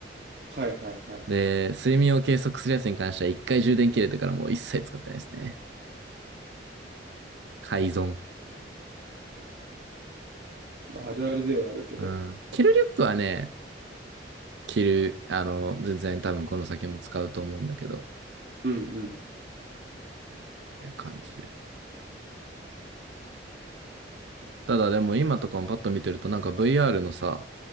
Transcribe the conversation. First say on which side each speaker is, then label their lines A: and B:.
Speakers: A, on the right; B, on the right.
A: はいはいはいはい。
B: で、睡眠を計測するやつに関しては一回充電切れてからもう一切使ってないですね。改造。
A: まあ、あるあるではあるけど。
B: うん。着るリュックはね、着る、あの、全然多分この先も使うと思うんだけど、っ
A: うんうん。
B: ていう感じで。ただでも今とかもパッと見てるとなんか VR のさ、